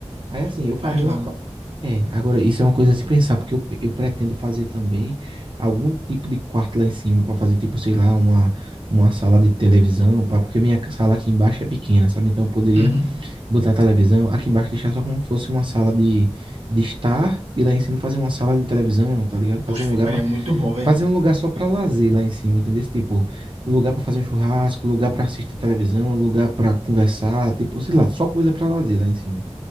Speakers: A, on the right; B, on the right.
A: Aí assim, eu faria
B: Mais larga.
A: uma. pa- É, agora isso é uma coisa a se pensar, porque eu, eu pretendo fazer também algum tipo de quarto lá em cima para fazer, tipo, sei lá, uma, uma sala de televisão, pra, porque minha ca- sala aqui embaixo é pequena, sabe? Então eu poderia
B: Uhum.
A: botar a televisão aqui embaixo, deixar só como se fosse uma sala de, de estar e lá em cima fazer uma sala de televisão, tá ligado?
B: Oxe,
A: Fazer um
B: ficaria
A: lugar, mas
B: muito bom, velho.
A: fazer um lugar só para lazer lá em cima, entendeu? Esse Tipo, lugar para fazer um churrasco, lugar para assistir televisão, lugar para conversar, tipo, sei lá, só coisa para lazer lá em cima.